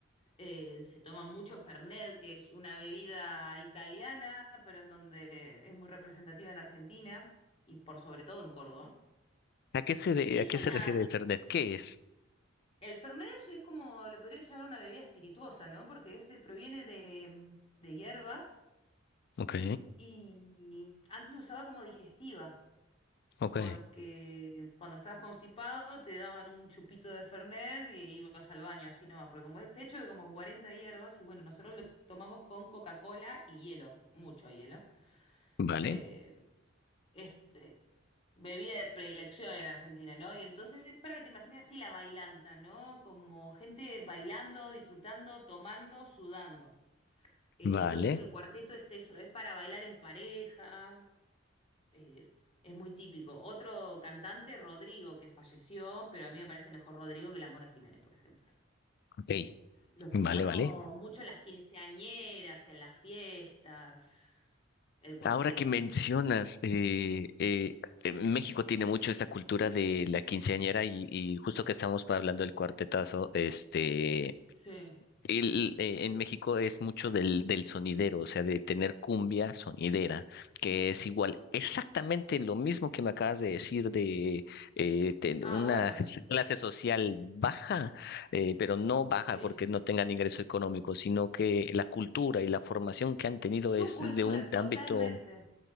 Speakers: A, on the left; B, on the left.
A: Eh, se toma mucho Fernet, que es una bebida italiana, pero en donde es muy representativa en Argentina y por sobre todo en Córdoba.
B: ¿A qué se, de-
A: Y es
B: a qué
A: una
B: se refiere el Fernet? ¿Qué es?
A: El Fernet es, es como, lo podría llamar una bebida espirituosa, ¿no? Porque este proviene de, de hierbas
B: Ok,
A: y antes se usaba como digestiva,
B: ok.
A: porque cuando estabas constipado te daban un chupito de Fernet y ibas al baño así nomás, porque como este hecho de como 40 hierbas y bueno, nosotros lo tomamos con Coca-Cola y hielo, mucho hielo.
B: Vale,
A: eh, este, bebida de predilección en Argentina, ¿no? Y entonces es para que te imagines así la bailanta, ¿no? Como gente bailando, disfrutando, tomando, sudando. Eh,
B: vale,
A: entonces el cuarteto es eso, es para bailar en pareja, eh, es muy típico. Otro cantante, Rodrigo, que falleció, pero a mí me parece mejor Rodrigo que la Mona Jiménez, por ejemplo.
B: ok.
A: Lo escuchamos
B: Vale, vale.
A: mucho en las quinceañeras, en las fiestas, el cuarteto.
B: Ahora que mencionas, eh, eh, eh, México tiene mucho esta cultura de la quinceañera y, y justo que estamos pa- hablando del cuartetazo, este,
A: Sí.
B: el, eh, en México es mucho del, del sonidero, o sea, de tener cumbia sonidera, que es igual, exactamente lo mismo que me acabas de decir de eh, ten-
A: Ah,
B: una
A: bueno,
B: clase social baja, eh, pero no baja
A: sí.
B: porque no tengan ingreso económico, sino que la cultura y la formación que han tenido
A: Su
B: es
A: cultura,
B: de un
A: totalmente,
B: ámbito